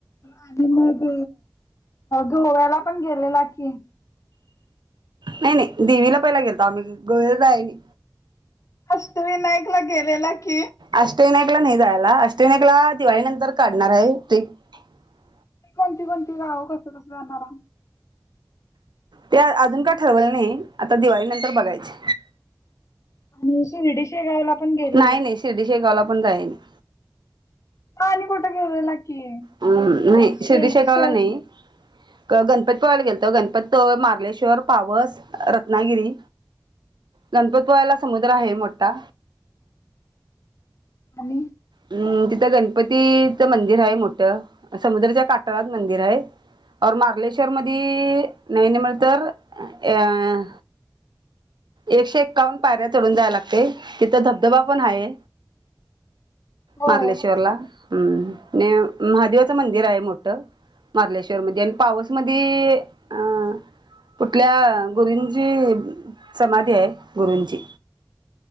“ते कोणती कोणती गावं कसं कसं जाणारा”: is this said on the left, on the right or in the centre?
Left